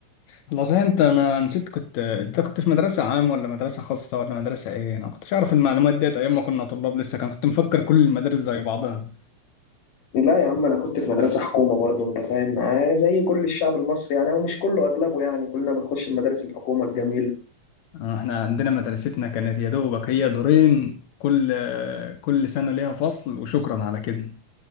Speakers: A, on the left; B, on the left.
A: والله صحيح انت انا نسيت كنت انت كنت في مدرسة عام ولا مدرسة خاصة ولا مدرسة ايه انا ما كنتش اعرف المعلومات ديت ايام ما كنا طلاب لسه كان كنت مفكر كل المدارس زي بعضها
B: لا يا عم انا كنت في مدرسه حكومه برضو انت فاهم آه، زي كل الشعب المصري يعني ومش كله اغلبه يعني كلنا بنخش المدارس الحكومه الجميله
A: اه، احنا عندنا مدرستنا كانت يا دوبك هي دورين كل كل سنة ليها فصل وشكرا على كده